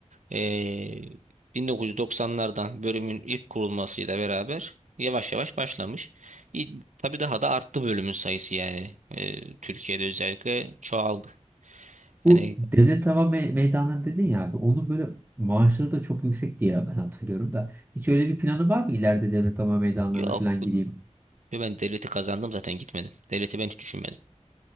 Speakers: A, on the right; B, on the right.
A: Ee, 1990'lardan bölümün ilk kurulmasıyla beraber yavaş yavaş başlamış. İ- Tabii daha da arttı bölümün sayısı yani. Ee, Türkiye'de özellikle çoğaldı. Yani
B: Bu devlet hava me- meydanları dedin ya abi, onun böyle maaşları da çok yüksek diye ben hatırlıyorum da. Hiç öyle bir planı var mı ileride devlet hava meydanlarına
A: yok
B: falan gideyim?
A: ben devleti kazandım zaten gitmedim. Devleti ben hiç düşünmedim.